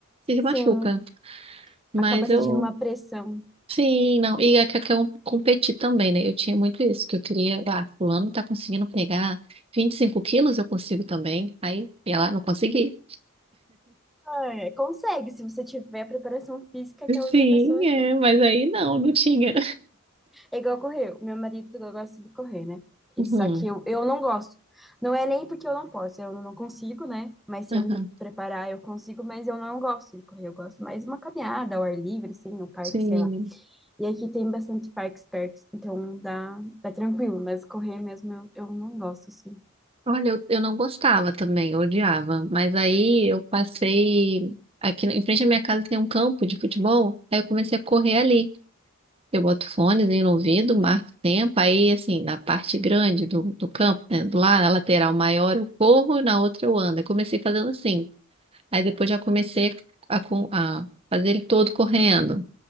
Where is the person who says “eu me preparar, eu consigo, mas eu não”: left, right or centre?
Centre